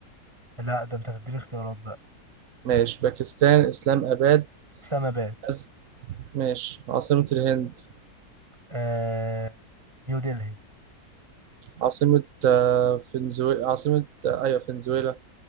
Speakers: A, on the right; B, on the right.
A: لا ده انت هتديني اختيارات بقى
B: ماشي باكستان إسلام آباد
A: اسلاماباد
B: أز... ماشي عاصمة الهند
A: آه... نيو دلهي
B: عاصمة آه، فنزويلا عاصمة آه، أيوة فنزويلا